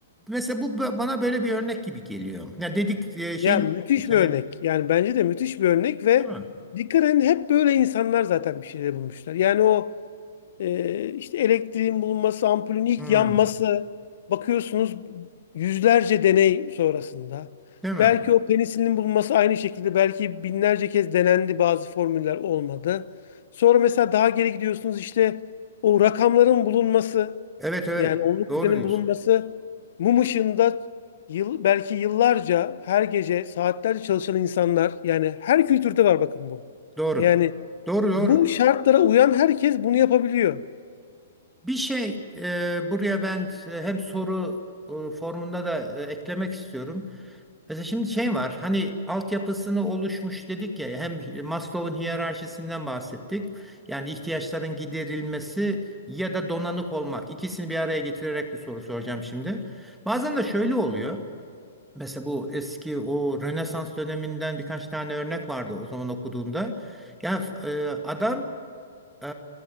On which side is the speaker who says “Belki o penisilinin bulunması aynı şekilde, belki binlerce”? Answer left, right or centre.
Left